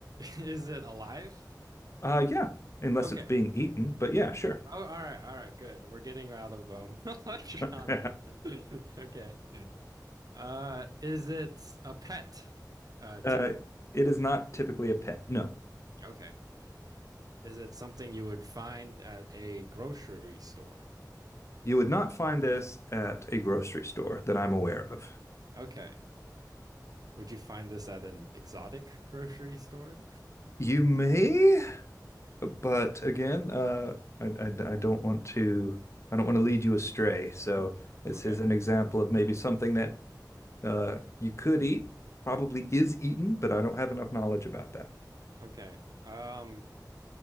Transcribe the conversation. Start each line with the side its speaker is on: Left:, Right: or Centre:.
Right: <laughs> is it alive?
Left: Uh, yeah, unless
Right: Okay.
Left: it's being eaten, but yeah, sure.
Right: Oh, all right, all right, good. We're getting out of um <laughs> electronic.
Left: <laughs> uh,
Right: <laughs> Okay. Uh, is it a pet? Uh, typically.
Left: it is not typically a pet. No,
Right: Okay. Is it something you would find at a grocery store?
Left: you would not find this at a grocery store that I'm aware of.
Right: Okay. Would you find this at an exotic grocery store?
Left: You may, but again, uh, I, I, I don't want to I don't want to lead you astray. So this
Right: Okay.
Left: is an example of maybe something that uh, you could eat, probably is eaten, but I don't have enough knowledge about that.
Right: Okay. Um,